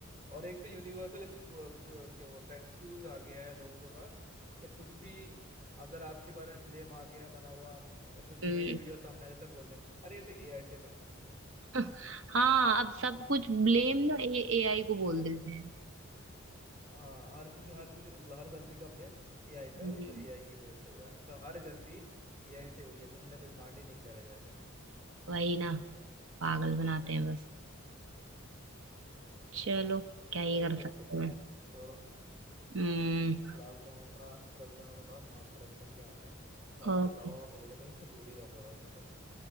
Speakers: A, on the right; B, on the right.
A: और एक तो यूनिवर्सल क्या बोलता है एक्सक्यूज आ गया है लोगों के पास कि कुछ भी अगर आपके बारे में ब्लेम आ गया है बना हुआ या कुछ नई
B: हम्म
A: वीडियो सामने आ गया, सब बोल दे अरे ये तो एआई से बनाई हुई है
B: <laughs> हाँ अब सब कुछ ब्लेम
A: है ना
B: ना ए एआई को बोल देते हैं
A: हाँ हर चीज हर चीज मतलब हर गलती का ब्लेम एआई पे
B: हम्म,
A: आ रहा है ये तो एआई की वजह से हुआ है मतलब हर गलती एआई से हुई है तुमने कोई कांड ही नहीं करे जैसे
B: वही ना पागल बनाते हैं बस चलो क्या ही
A: क्या ही
B: कर
A: कर
B: सकते
A: सकते हैं
B: हैं
A: छोड़ो
B: हम्म
A: फिलहाल तो हम अपना चलते हैं थोड़ा बाहर माइंड फ्रेश करके आते हैं और
B: ओके
A: अच्छे बाबा मिल गए तो इनसे दूर ही रहूंगा भाई मैं तो